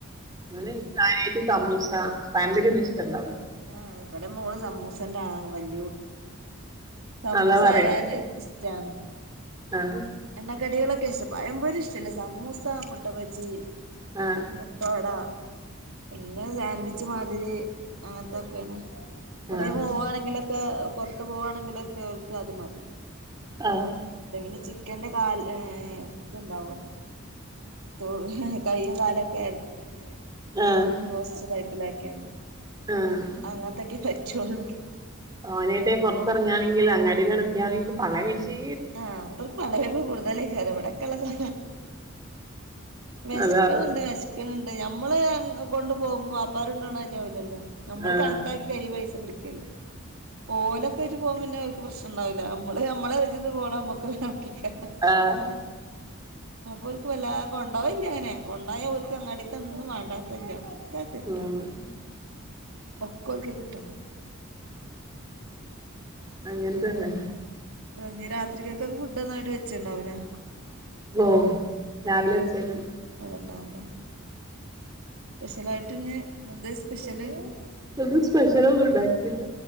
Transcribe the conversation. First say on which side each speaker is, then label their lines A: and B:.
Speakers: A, on the right; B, on the right.
A: അവന് കാര്യായിട്ട് സമൂസ പഴംപൊരി ഒന്നു ഇഷ്ടല്ല അവന്
B: ആഹ് ഇവിടെ മോള് സമൂസന്റെ ആളാണ് വൽ സമൂസ
A: അതാ പറയുന്നത്
B: ആയാല് ഇഷ്ടാണ്
A: ആഹ്
B: എണ്ണക്കടികളൊക്കെ ഇഷ്ടം പയം പൊരി ഇഷ്ടല്ല സമൂസ മുട്ട ബജ്ജി
A: ആഹ്
B: പൊക്കവട പിന്നെ സാൻവിച് മാതിരി അങ്ങനത്തൊക്കെയാണ് എവടെ
A: ആഹ്
B: പോകുവാണെങ്കിലൊക്കെ പുറത്തു പോവാണെങ്കിലൊക്കെ അവർക്ക് അത് മതി
A: ആഹ്
B: എന്ത പിന്നെ ചിക്കന്റെ കാൽ ഏഹ് ഇത്ണ്ടാവുള്ളോ തൊ കയ്യും കാലൊക്കെ പിന്നെ
A: ആഹ്
B: റോസ്റ്റ് ടൈപ്പിലാക്കിയോ
A: ആഹ്
B: അങ്ങനത്തൊക്കെ പറ്റുള്ളൂ
A: ഓന ട്ടെ പുറത്തിറങ്ങാണെങ്കിൽ അങ്ങാടിൽ അട്ത്തിയാണെ ങ്ക ഇന്ക് പള്ളെ വെയ് ച്ചീ
B: ആ ഇപ്പൊ ഓൽക്ക് പള്ളേ പയ്പ്പ് കൂടുതലയ്ക്കാരം ഇവിടെക്കള്ളതാ വെശ്ക്ക്ണ്ണ്ണ്ട്
A: അതാ
B: വെശ് ണ്ട് ഞമ്മള് കൊണ്ട് പോവുമ്പോ വാപ്പാരുണ്ടോണാരിവൂലല്ലോ. നമ്മള്
A: ആഹ്
B: കണക്കാക്കി കയ്യിൽ പൈസ പിടിക്കല്ലേ ഓലൊക്കെ ആയിട്ട് പോകുമ്പോ പിന്നെ ഓൽക്ക് പ്രശ്നണ്ടാവൂല്ല. മ്മള് നമ്മളെ വെ മ്മക്ക് കണക്കയ്ക്കാരം
A: ആഹ്
B: അപ്പൊ ഓൽക്ക് വല്ലാ കൊണ്ട് കൊണ്ടോവെല്ലി അങ്ങനെ കൊണ്ടോയ ഓല്ക്ക് അങ്ങാടീത്തെ ഒന്നും വേണ്ടാത്തല്ല ഒക്കെ കിട്ടണം
A: ഉം
B: ഒക്കെ ഓൽക്ക് കിട്ടണം.
A: അങ്ങന് തന്നെ
B: ഞ്ഞ് രാത്രിക്കക്ക് ഫുഡ് ഒന്നായിട്ട് വച്ചിണ്ടാവുല്ലേ?
A: ഓ രാവിലെ വെച്ച്ണ്.
B: അത്ണ്ടാവുല്ലേ സ്പെഷ്യലായിട്ട് ഞ്ഞ് ഇന്നെന്തേനി സ്പെഷ്യല്?
A: ഇന്ന് സ്പഷ്യലൊന്നും ഉണ്ടാക്കീല്ല.